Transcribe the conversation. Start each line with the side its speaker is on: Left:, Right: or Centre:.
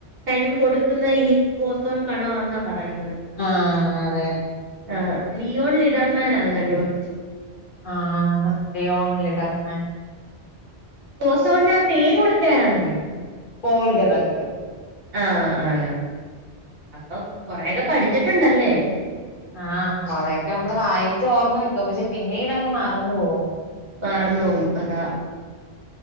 Right: കഴിവ് കൊടുക്കുന്ന ഈ ഹിക്സ് ബോസോൺ കണം ആന്നാ പറയുന്നത്
Left: ആഹ് അതെ
Right: ആ ലിയോൺ ലിഡർമാൻ അത് കണ്ടുപിടിച്ചേ
Left: ആഹ് ലിയോൺ ലിഡർമാൻ
Right: ഓസോണിന് ആ പേര് കൊടുത്തരാന്നറിയോ
Left: പോൾഡ് ഇറക്ക്
Right: ആഹ് ആണ് അപ്പൊ കൊറെയൊക്കെ പഠിച്ചിട്ടുണ്ടല്ലേ
Left: ആഹ് കൊറെൊക്കെ നമ്മള് വായിച്ച ഓർമ്മ വയ്ക്കും പക്ഷെ പിന്നീട് അങ്ങ് മറന്നു പോകും
Right: മറന്നോവും അതാ